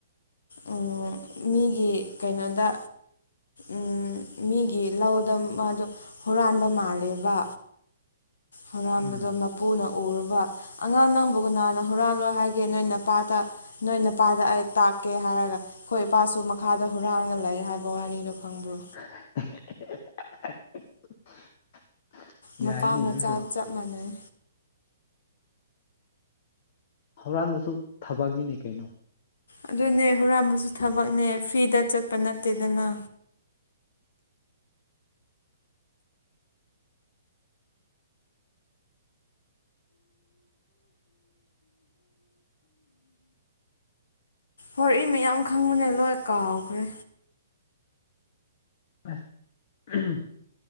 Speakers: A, on the left (about 80°); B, on the left (about 50°).
A: ꯎꯝ ꯃꯤꯒꯤ ꯀꯩꯅꯣꯗ ꯎꯝ ꯃꯤꯒꯤ ꯂꯧꯗ ꯃꯥꯗꯣ ꯍꯨꯔꯥꯟꯕ ꯃꯥꯜꯂꯦꯕ ꯍꯨꯔꯥꯟꯕꯗꯣ
B: ꯎꯝ
A: ꯃꯄꯨꯅ ꯎꯔꯕ ꯑꯉꯥꯡ ꯅꯪꯕꯨ ꯀꯅꯥꯅ ꯍꯨꯔꯥꯜꯂꯣ ꯍꯥꯏꯒꯦ ꯅꯣꯏ ꯅꯄꯥꯇ ꯅꯣꯏ ꯅꯄꯥꯗ ꯑꯩ ꯇꯥꯛꯀꯦ ꯍꯥꯏꯔꯒ ꯑꯩꯈꯣꯏ ꯏꯄꯥꯁꯨ ꯃꯈꯥꯗ ꯍꯨꯔꯥꯟꯂꯒ ꯂꯩ ꯍꯥꯏꯕ ꯋꯥꯔꯤꯗꯣ ꯈꯪꯕ꯭ꯔꯣ
B: <unintelligible>
A: ꯃꯄꯥ ꯃꯆꯥ
B: ꯑꯗꯨꯁꯨ
A: ꯆꯞ ꯃꯥꯟꯅꯩ
B: ꯍꯧꯔꯥꯟꯕꯁꯨ ꯊꯕꯛꯅꯤꯅꯦ ꯀꯩꯅꯣ
A: ꯑꯗꯨꯅꯦ ꯍꯨꯔꯥꯟꯕꯁꯨ ꯊꯕꯛꯅꯦ ꯐ꯭ꯔꯤꯗ ꯆꯠꯄ ꯅꯠꯇꯦꯗꯅ ꯋꯔꯤ ꯃꯌꯥꯝ ꯈꯪꯕꯅꯦ ꯂꯣꯏ ꯀꯥꯎꯈ꯭ꯔꯦ
B: ꯑꯍꯝ